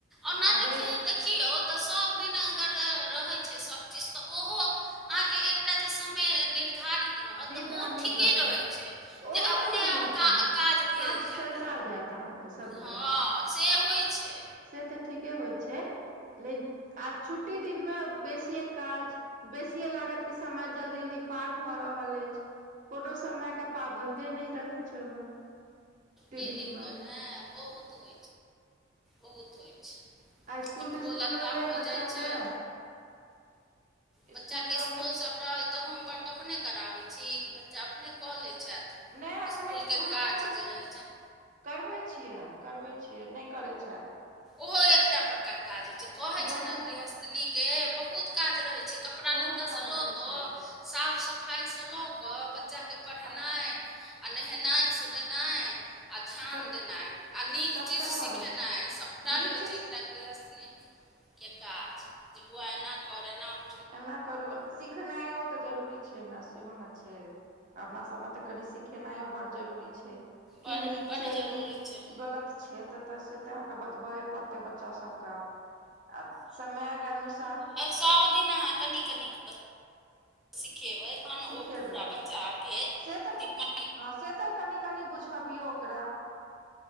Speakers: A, in the centre; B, on the right.
A: ओना
B: आ रवि
A: देखियौ देखियौ तऽ, सभदिन अगर रहै छै सभचीज तऽ, ओहो अहाँके एकटा जे समय निर्धारित रहत। तऽ
B: धारित
A: ओ ठीके
B: रह,
A: रहै छै
B: ओहो
A: जे
B: बढ
A: अपने
B: बढ़िया
A: आप का
B: छै,
A: भेल
B: काज सलटा
A: जायत
B: जायत अहाँ के सभटा।
A: हँ से होइ छै।
B: से तऽ ठीके होइ छै, लेकिन आ छुट्टी दिन मे बेसीे काज बेसिए लागत कि समय जल्दी -जल्दी पार भऽ रहल अछि। कोनो समय के पाबन्दे नहि रहै छै ओहिमे।
A: छुट्टी
B: दिन
A: दिननकऽ
B: मे
A: ने बहुत हो बहुत होइत छै।
B: आ स्कूल
A: कपड़ो
B: तिस्कुल
A: लत्ता
B: रहले
A: भऽ
B: बच्चा
A: जाय छैय।
B: के
A: बच्चा
B: स्कूल
A: के
B: रहले
A: इसकुल सभ रहल, तऽ होमवर्क अपने कराबै छी कि बच्चा अपने कऽ लैय छथि?
B: नहि अपने
A: इसकुल के
B: हम
A: काज
B: तऽ कर
A: जे रहै छैय।
B: करबै छियै, करबै छियै, नहि करय छथि।
A: ओहो एकटा बड़का काज होय छैय, कहय
B: बड़का
A: छैय ने गृहस्थनीके बहुत काज रहै छैय। कपड़ा
B: बहुत
A: लत्ता
B: काज
A: स लऽ
B: रहै
A: कऽ
B: छै
A: साफ -सफाय सँ लऽ कऽ बच्चा के पढ़ेन
B: आ
A: आ नेहेनाय -सोनेनाय आ ध्यान
B: सब
A: देनाय, आ नीक
B: सबटा
A: चीज सिखेनाय
B: भऽ जाइ छै
A: सबटा
B: नीक
A: रहय
B: चीज
A: छैय एकटा एग्रीहसने के काज, जे बौआ ऐना कर एना ओ
B: एना करू, एना सिखनाय ओ तऽ जरूरी छैय न, सेहो न छैय अपना सबमे तऽ कनि सिखेनायो बड जरूरी छैय
A: बड़
B: की नीक
A: बड्ड
B: छय
A: जरूरी
B: कि
A: छै
B: गलत छैय त त से तऽ अहाँके बतबये पड़तै बच्चा सबके आब आब समय गे अनुसार
A: सब दिन अहां कनि-कनि क सिखेबै तहन ओ
B: सिखेबै
A: पूरा बच्चा के
B: से तऽ
A: दिमा
B: हँ से तऽ कनि-कनि बुझबियौ ओकरा,